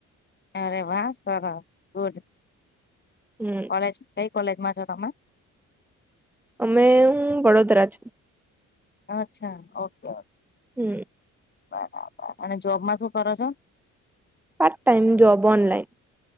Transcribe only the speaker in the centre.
હમ્મ.
અમે હું વડોદરા છું.
હમ્મ.
Part time job online.